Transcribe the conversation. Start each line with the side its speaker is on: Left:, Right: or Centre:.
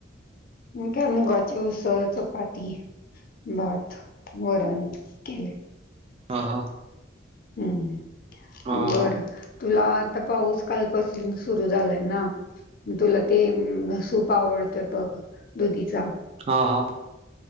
Left: काय मुगाची उऊस चपाती बात वरण केले
Right: हा हा
Left: हम्
Right: हा
Left: बरं
Right: हा
Left: तुला आता पाऊस कालपासून सुरू झालाय ना तुला ते सूप आवडतंय बघ दुधीचा
Right: हा हा